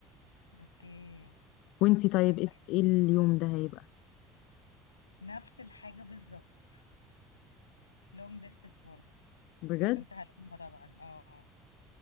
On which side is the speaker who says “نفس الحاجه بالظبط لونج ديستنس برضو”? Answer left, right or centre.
Left